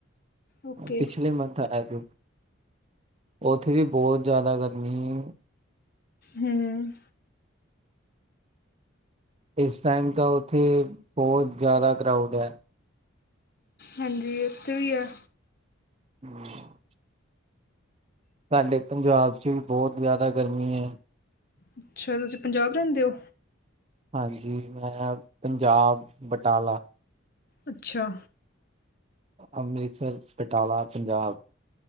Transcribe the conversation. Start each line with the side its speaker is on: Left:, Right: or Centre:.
Left: ਓਕੇ।
Right: ਪਿਛਲੇ ਮੰਥ ਆਇਆ ਸੀ। ਔਥੇ ਵੀ ਬਹੋਤ ਜਾਦਾ ਗਰਮੀ
Left: ਹੂੰ।
Right: ਇਸ ਟਾਈਮ ਤਾਂ ਔਥੇ, ਬਹੋਤ ਜਾਦਾ ਕਰਾਊਡ ਐ।
Left: ਹਾਂਜੀ ਉੱਥੇ ਵੀ ਆ
Right: ਹਮ ਸਾਡੇ ਪੰਜਾਬ ' ਚ ਵੀ ਬਹੁਤ ਜ਼ਿਆਦਾ ਗਰਮੀ ਹੈ।
Left: ਅੱਛਾ ਤੁਸੀਂ ਪੰਜਾਬ ਰਹਿੰਦੇ ਹੋ
Right: ਹਾਂਜੀ ਮੈਂ ਪੰਜਾਬ ਬਟਾਲਾ
Left: ਅੱਛਾ
Right: ਅੰਮ੍ਰਿਤਸਰ ਬਟਾਲਾ ਪੰਜਾਬ